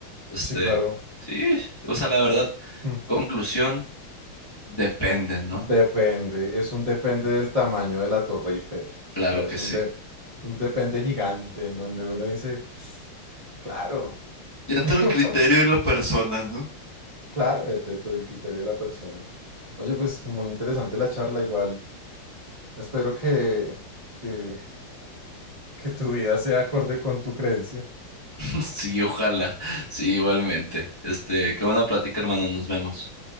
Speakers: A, on the left; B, on the right.
A: Este,
B: Sí, claro.
A: sí, o sea, la verdad,
B: Mm.
A: conclusión, depende, ¿no?
B: Depende, es un depende del tamaño de la Torre Eiffel. O
A: Claro
B: sea, es
A: que sí.
B: un, de- un depende gigante en donde uno dice, claro,
A: Ya entra
B: <laughs>
A: el criterio y la persona, ¿no?
B: claro, el- dentro del criterio de la persona. Oye, pues muy interesante la charla, igual. Espero que, que, que tu vida sea acorde con tu creencia.
A: <laughs> Sí, ojalá. Sí, igualmente. Este, qué buena plática, hermano. Nos vemos.